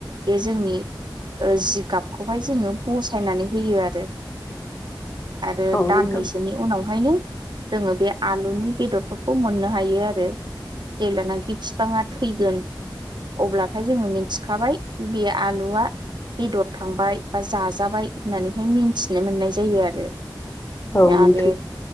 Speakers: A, on the right; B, on the left.
A: बे जोंनि जिगाबखौहाय जोङो बसायनानै होयो आरो। आरो
B: औ
A: दाननैसोनि
B: नोंथां
A: उनावहायनो जोङो बे आलुनि बेदरफोरखौ मोननो हायो आरो। जेब्लानाखि बिफाङा थैगोन अब्लाथाय जोङो मिथिखाबाय बे आलुआ बेदर थांबाय बा जाजाबाय होननानैहाय मिन्थिनो मोननाय जायो आरो
B: औ
A: आरो
B: नोंथां,